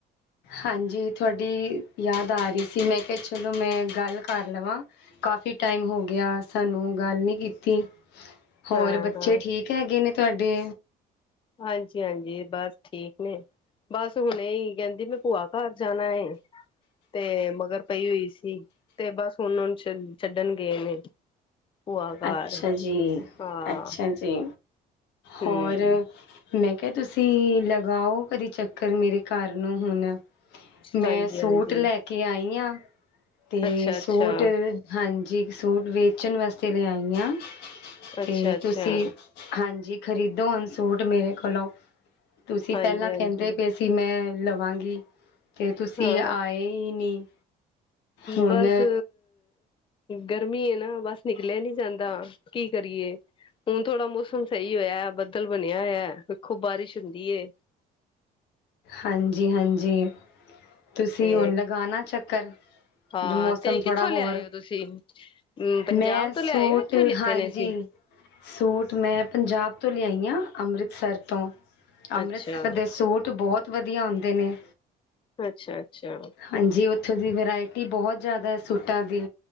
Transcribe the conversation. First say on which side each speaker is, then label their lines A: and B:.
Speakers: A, on the left; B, on the left.
A: ਹਾਂਜੀ, ਥੁਹਾਡੀ ਯਾਦ ਆ ਰਹੀ ਸੀ, ਮੈਂ ਕਿਹਾ ਚਲੋ, ਮੈਂ ਗੱਲ ਕਰ ਲਵਾਂ। ਕਾਫੀ ਟਾਈਮ ਹੋ ਗਿਆ ਸਾਨੂੰ ਗੱਲ ਨੀ ਕੀਤੀ। ਹੋਰ
B: ਹਾਂ-ਹਾਂ,
A: ਬੱਚੇ ਠੀਕ? ਕ ਹੈਗੇ ਨੇ ਤੁਹਾਡੇ?
B: ਹਾਂਜੀ-ਹਾਂਜੀ, ਬਸ ਠੀਕ ਨੇ, ਬਸ ਹੁਣੇ ਈ ਕਹਿੰਦੀ, ਮੈਂ ਭੂਆ ਘਰ ਜਾਣਾ ਏ। ਤੇ, ਮਗਰ ਪਈ ਹੋਈ ਸੀ, ਤੇ ਬਸ ਹੁਨ ਛੱਡ, ਛੱਡਣ ਗਏ ਨੇ। ਭੂਆ ਘਰ,
A: ਅੱਛਾ ਜੀ,
B: ਹਾਂ।
A: ਅੱਛਾ ਜੀ,
B: ਹੂੰ,
A: ਹੋਰ? ਮੈਂ ਕਿਹਾ ਤੁਸੀਂ, ਲਗਾਓ ਕਦੀ ਚੱਕਰ ਮੇਰੇ ਘਰ ਨੂੰ ਹੁਣ। ਮੈਂ
B: ਹਾਂਜੀ-ਹਾਂਜੀ,
A: ਸੂਟ ਲੈਕੇ ਆਈ ਆਂ, ਤੇ
B: ਅੱਛਾ-ਅੱਛਾ,
A: ਸੂਟ ਹਾਂਜੀ, ਕ ਸੂਟ ਵੇਚਣ ਵਾਸਤੇ ਲਿਆਈ ਹਾਂ,
B: ਅੱਛਾ-ਅੱਛਾ।
A: ਤੇ ਤੁਸੀਂ ਹਾਂਜੀ, ਖ਼ਰੀਦੋ ਹੁਣ ਸੂਟ ਮੇਰੇ ਕੋਲੋਂ, ਤੁਸੀਂ
B: ਹਾਂਜੀ-ਹਾਂਜੀ,
A: ਪਹਿਲਾਂ ਕਹਿੰਦੇ ਪੇ ਤੁਸੀਂ, ਮੈਂ, ਲਵਾਂਗੀ ਤੇ ਤੁਸੀਂ
B: ਹਾਂ-ਹਾਂ
A: ਆਏ ਹੀ ਨਹੀਂ। ਹੁਣ
B: ਬਸ ਗਰਮੀ ਏ ਨਾ, ਬਸ ਨਿਕਲਿਆ ਨੀ ਜਾਂਦਾ, ਕੀ ਕਰੀਏ। ਹੁਣ ਥੋੜਾ ਮੌਸਮ ਸਹੀ ਹੋਇਆ, ਬੱਦਲ ਬਣਿਆ ਹੋਇਆ ਵੇਖੋ ਬਾਰਿਸ਼ ਹੁੰਦੀ ਏ।
A: ਹਾਂਜੀ-ਹਾਂਜੀ ਤੁਸੀਂ
B: ਤੇ
A: ਹੁਣ ਲਗਾਣਾ ਚੱਕਰ।
B: ਹਾਂ
A: ਮੌਸਮ
B: ਤੇ ਕਿੱਥੋਂ
A: ਥੋੜਾ ਹੋਰ,
B: ਲਿਆਏ ਹੋ ਤੁਸੀਂ ਹੂੰ ਪੰਜਾਬ
A: ਮੈਂ
B: ਤੋਂ
A: ਸੂਟ,
B: ਲਿਆਏ ਹੋ ਇੱਥੋਂ ਲਿੱਤੇ
A: ਹਾਂਜੀ
B: ਨੇ ਸੀ
A: ਸੂਟ ਮੈਂ ਪੰਜਾਬ ਤੋਂ ਲਿਆਈ ਆਂ, ਅੰਮ੍ਰਿਤਸਰ ਤੋਂ। ਅੰਮ੍ਰਿਤਸਰ
B: ਅੱਛਾ,
A: ਦੇ ਸੂਟ ਬਹੁਤ ਵਧੀਆ ਹੁੰਦੇ ਨੇ।
B: ਅੱਛਾ-ਅੱਛਾ।
A: ਹਾਂਜੀ, ਉੱਥੋਂ ਦੀ ਵਰਾਇਟੀ ਬਹੁਤ ਜ਼ਿਆਦਾ ਸੂਟਾਂ ਦੀ,